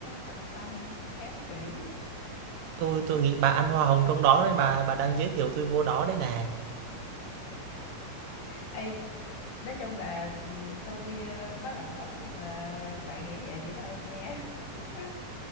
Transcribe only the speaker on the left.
tận tâm khám kỹ
Ê, nói chung là ừ, tôi ờ, có lòng tốt nhưng mà bạn nghĩ vậy thì thôi nha <laughs>